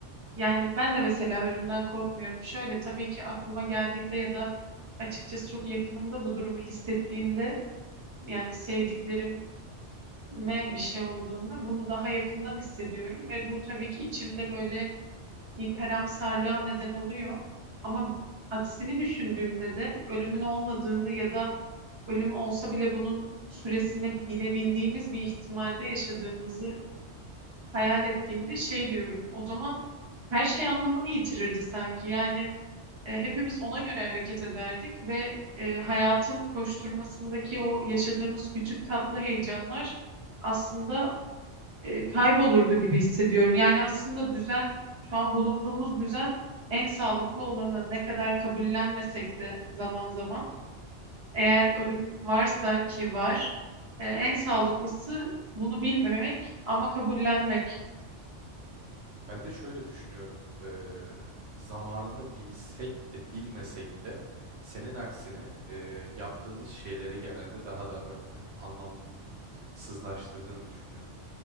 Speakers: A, on the right (about 30°); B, on the right (about 90°).
A: yani ben de mesela ölümden korkmuyorum. Şöyle tabii ki aklıma geldiğimde ya da açıkçası çok yakınımda bu durumu hissettiğimde yani sevdiklerim me bir şey olduğunda bunu daha yakından hissediyorum ve bu tabii ki içimde böyle bir karamsarlığa neden oluyor. Ama aksini düşündüğümde de ölümün olmadığını ya da ölüm olsa bile bunun süresini bilebildiğimiz bir ihtimalde yaşadığımızı hayal ettiğimde şey diyorum. O zaman her şey anlamını yitirirdi sanki. Yani e, hepimiz ona göre hareket ederdik ve e, hayatın koşturmasındaki o yaşadığımız küçük tatlı heyecanlar aslında e, kaybolurdu gibi hissediyorum. Yani aslında düzen, şu an bulunduğumuz düzen en sağlıklı olanı ne kadar kabullenmesek de zaman zaman eğer ölüm varsa ki var, e, en sağlıklısı bunu bilmemek ama kabullenmek.
B: Ben de şöyle düşünüyorum. Ee, zamanını bilsek de bilmesek de senin aksine e, yaptığımız şeyleri genelde daha da böyle anlamsızlaştırdığını düşünüyorum.